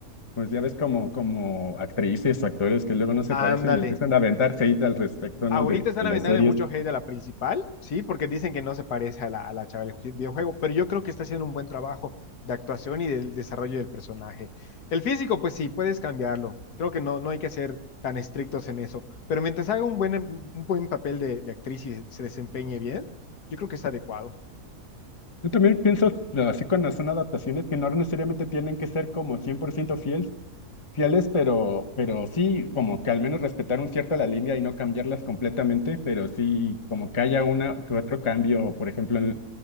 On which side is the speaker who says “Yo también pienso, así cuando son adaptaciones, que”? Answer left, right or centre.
Left